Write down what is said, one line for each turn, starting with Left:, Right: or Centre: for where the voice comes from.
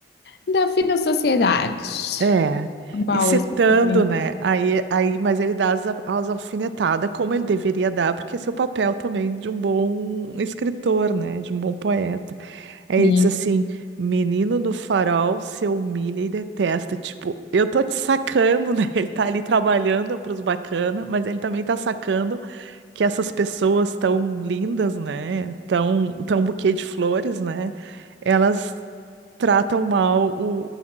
Left: Da vida à sociedade.
Right: É,
Left: São Paulo,
Right: e citando,
Left: especialmente.
Right: né? Aí, aí, mas ele dá as, a- as alfinetadas como ele deveria dar, porque esse é o papel também de um bom escritor, né? De um bom poeta. Aí
Left: Sim,
Right: ele diz assim: Menino no farol se humilha e detesta. Tipo, eu tô te sacando, né? <laughs> Ele tá ali trabalhando pros bacana, mas ele também tá sacando que essas pessoas tão lindas, né? Tão, tão buquê de flores, né? Elas tratam mal o,